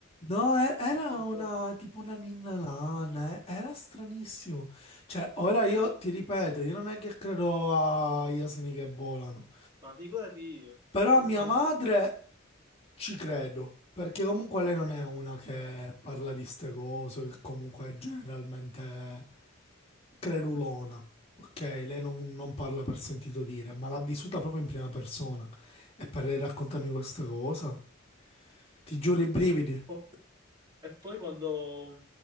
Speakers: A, on the left; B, on the right.
A: No, e- era
B: non lo
A: una
B: so,
A: tipo una ninna lana, eh, era stranissimo. Cioè, ora io ti ripeto, io non è che credo agli asini che volano,
B: ma figurati io,
A: però
B: io
A: a mia
B: finché
A: madre
B: non...
A: ci credo, perché comunque lei non è una che parla di ste cose, che comunque è generalmente credulona, ok? Lei non, non parla per sentito dire, ma l'ha vissuta proprio in prima persona. E per lei raccontarmi questa cosa, ti giuro i brividi.
B: Scusami, eh. E poi quando,